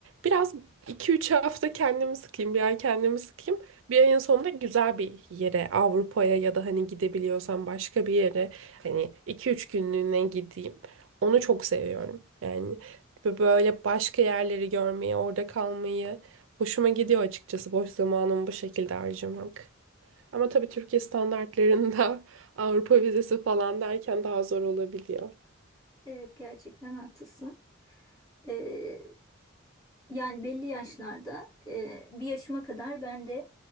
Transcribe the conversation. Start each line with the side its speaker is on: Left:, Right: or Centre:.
Right: biraz iki üç hafta kendimi sıkayım, bir ay kendimi sıkayım. Bir ayın sonunda güzel bir yere, Avrupa'ya ya da hani gidebiliyorsam başka bir yere hani iki üç günlüğüne gideyim. Onu çok seviyorum. Yani böyle başka yerleri görmeyi, orada kalmayı hoşuma gidiyor açıkçası boş zamanımı bu şekilde harcamak. Ama tabii Türkiye standartlarında <laughs> Avrupa vizesi falan derken daha zor olabiliyor.
Left: Evet gerçekten haklısın. Ee, yani belli yaşlarda e, bir yaşıma kadar ben de